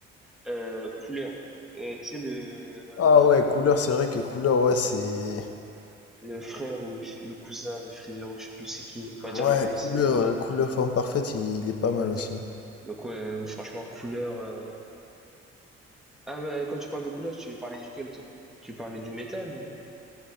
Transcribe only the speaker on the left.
Ah
ouais, couleur, c'est vrai que couleur, ouais, c'est.
Ouais,
couleur,
euh,
couleur forme parfaite, il, il est pas
mal aussi. hein.